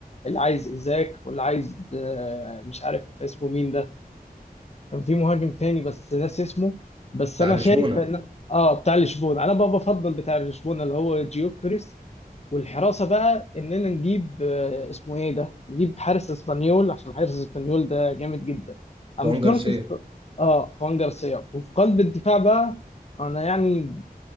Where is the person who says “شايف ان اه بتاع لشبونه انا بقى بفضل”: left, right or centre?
Left